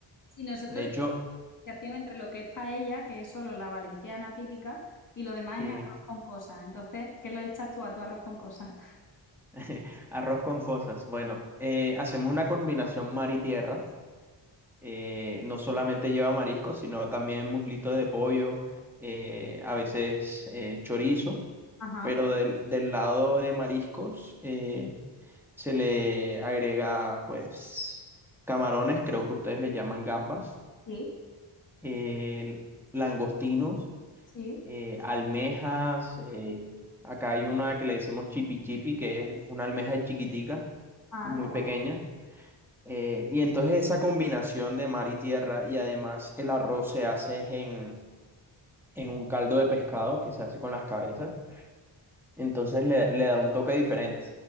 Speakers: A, on the left (about 40°); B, in the centre.
A: Sí, nosotros
B: De hecho,
A: tenemos diferenciación entre lo que es paella, que es solo la valenciana típica, y lo demás
B: sí,
A: es arroz con cosas. Entonces, ¿qué lo echas tú a tu arroz con cosas? <laughs>
B: <laughs> arroz con cosas. Bueno, eh, hacemos una combinación mar y tierra. Eh, no solamente lleva mariscos, sino también muslitos de pollo, eh, a veces eh, chorizo,
A: Ajá,
B: pero del, del lado de mariscos eh, se le agrega pues camarones, creo que ustedes le llaman gambas,
A: sí,
B: eh, langostinos
A: sí.
B: eh, almejas. eh, acá hay una que le decimos chipi chipi, que es una almeja chiquitica,
A: Ah,
B: muy
A: qué bueno.
B: pequeña. eh, y entonces esa combinación de mar y tierra y además el arroz se hace es en, en un caldo de pescado que se hace con las cabezas. Entonces le, le da un toque diferente.